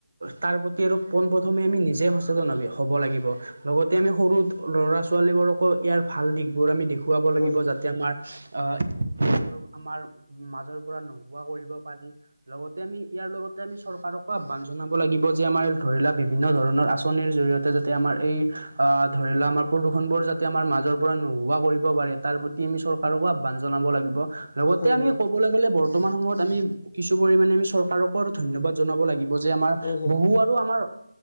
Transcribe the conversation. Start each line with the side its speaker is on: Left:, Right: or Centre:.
Right: তাৰ প্ৰতি আৰু পোন প্ৰথমে আমি নিজে সচেতন হ'ব লাগিব লগতে আমি সৰু ল'ৰা ছোৱালীবোৰকো ইয়াৰ ভাল দিশবোৰ আমি দেখুৱাব
Left: হয়
Right: লাগিব যাতে আমাৰ আ <unintelligible> আমাৰ মাজৰ পৰা নোহোৱা কৰিব পাৰি, লগতে আমি ইয়াৰ লগত তে আমি চৰকাৰকো আহ্বান জনাব লাগিব যে আমাৰ ধৰি লোৱা বিভিন্ন ধৰণৰ আঁচনিৰ জৰিয়তে যাতে আমাৰ এই আ ধৰি লোৱা আমাৰ প্ৰদূষণবোৰ যাতে আমাৰ মাজৰ পৰা নোহোৱা কৰিব পাৰে, তাৰ প্ৰতি আমি চৰ কাৰকো আহ্বান জনাব লাগিব। লগতে
Left: হয়
Right: আমি ক'বলৈ গ'লে বৰ্তমান সময়ত আমি কিছু পৰিমাণে আমি চৰকাৰকো আৰু ধন্যবাদ জনাব লাগি ব যে আমাৰ
Left: হয় হয়
Right: বহু আৰু আমাৰ